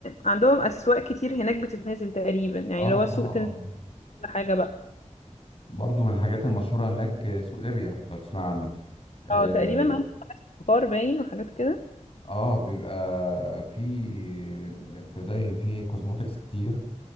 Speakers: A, on the left; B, on the left.
A: عندهم أسواق كتير هناك بتتنازل تقريبا يعني
B: اه
A: اللي هو سوق
B: اه
A: تنزل
B: اه
A: كل حاجة بقى
B: برضو من الحاجات المشهورة هناك آه، سوق ليبيا لو تسمع عنه اه
A: اه تقريبا عندهم بخار باين وحاجات كده
B: آه، بيبقى في تلاقي فيه كوزموتكس كتير